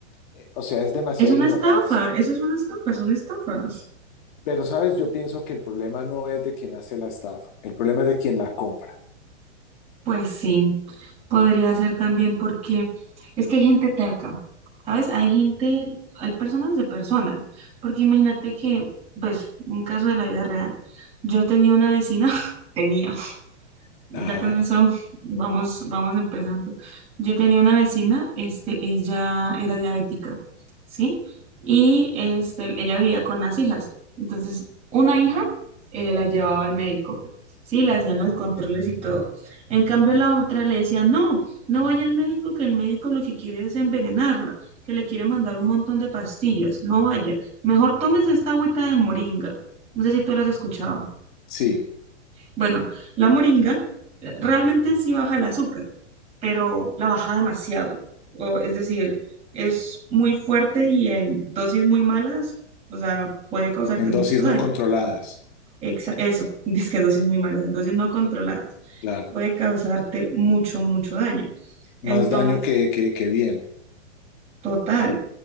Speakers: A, on the left; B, on the right.
A: eh, o sea, es demasiada
B: Es una
A: ignorancia.
B: estafa, eso es una estafa, son estafas.
A: Pero, ¿sabes? Yo pienso que el problema no es de quien hace la estafa, el problema es de quien la compra.
B: Pues sí, podría ser también porque es que hay gente terca, ¿sabes? Hay gente, hay personas de personas, porque imagínate que, pues, un caso de la vida real. Yo tenía una vecina, <laughs> tenía. Ya
A: Ajá,
B: con eso vamos, vamos empezando. Yo tenía una vecina, este, ella era diabética, ¿sí? Y este, ella vivía con las hijas. Entonces, una hija eh, la llevaba al médico, ¿sí? Le hacían los controles y todo. En cambio, la otra le decía, no, no vaya al médico, que el médico lo que quiere es envenenarla, que le quiere mandar un montón de pastillas, no vaya. Mejor tomes esta agüita de moringa. No sé si tú la has escuchado.
A: sí,
B: Bueno, la moringa eh, realmente sí baja el azúcar, pero la baja demasiado. O, es decir, es muy fuerte y en dosis muy malas, o sea, puede causarte
A: en
B: mucho
A: dosis
B: daño.
A: no controladas,
B: Exa- eso, <laughs> que dosis muy malas, en dosis no controladas,
A: claro.
B: puede causarte mucho, mucho daño. Entonces,
A: Más daño que, que, que bien.
B: Total.